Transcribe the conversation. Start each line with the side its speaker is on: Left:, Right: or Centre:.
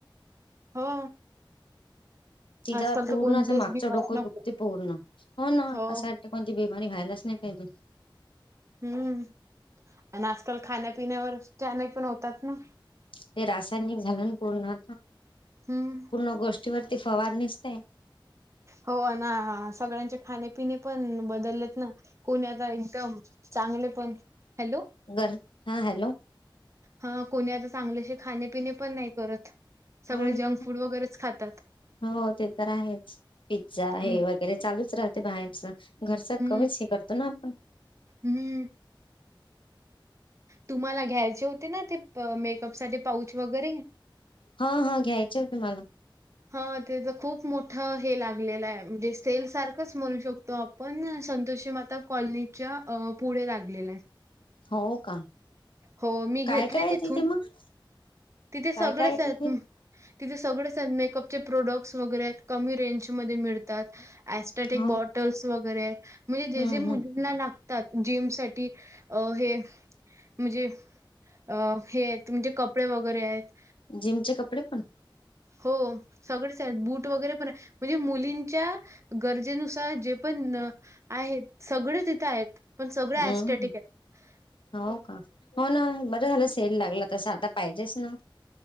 Right: हो
Left: तिला
Right: आजकाल
Left: पूर्ण
Right: तर कोणत्याच
Left: असं मागचं
Right: बिमाऱ्या
Left: डोकं
Right: नको.
Left: दुखते पूर्ण हो ना
Right: हो,
Left: अशासाठी कोणती आणि व्हायलाच नाही पाहिजे.
Right: हम्म आणि आजकाल खाण्यापिण्यावर चानक पण होतात ना.
Left: ते रासायनिक झालं पूर्ण
Right: हम्म.
Left: पूर्ण गोष्टीवरती फवारणीस ते
Right: हो ना सगळ्यांचे खाणे- पिणे पण बदलत ना कोणी आता एकदम चांगले पण हॅलो
Left: घर हा हॅलो
Right: ह कोणी आता चांगले खाणे-पिणे पण नाही करत. सगळे
Left: हो ना
Right: जंक फूड वगैरेच खातात.
Left: हो ते तर आहेच पिझ्झा हे
Right: अम,
Left: वगैरे चालूच राहत. ते बाहेरच घरच
Right: हम्म,
Left: कमीच हे करतो ना आपण,
Right: हम्म. तुम्हाला घ्यायचे होते. ना ते मेकअप साठी पाऊच वगैरे?
Left: हा हा घ्यायचे होते मला.
Right: हा त्याच खूप मोठं हे लागलेलं आहे. म्हणजे सेल सारखंच म्हणू शकतो आपण जसे म आता कॉलनीच्या पुढे लागलेले आहे.
Left: हो का
Right: हो मी घेतले
Left: काय काय
Right: तिथून
Left: तिथे मग
Right: तिथे सगळेच
Left: काय काय आहे
Right: आहेत.
Left: तिथे
Right: तिथे सगळेच मेकअपचे प्रोडक्ट्स वगैरे कमी रेंजमध्ये मिळतात. ऍस्टॅटिक
Left: हो
Right: बॉटल्स वगैरे म्हणजे जे
Left: हम्म
Right: जे मुलींना
Left: हम्
Right: लागत. जिम साठी हे म्हणजे अ हे आहेत म्हणजे कपडे वगैरे आहेत.
Left: जिमचे कपडे पण,
Right: हो सगळेच आहेत. बूट वगैरे पण आहे म्हणजे मुलींच्या गरजेनुसार जे पण आहेत सगळे तिथं आहेत पण सगळ एस्टेटिक
Left: हम्म
Right: आहेत.
Left: हो का हो ना बरं झालं सेल लागला तस आता पाहिजेच ना.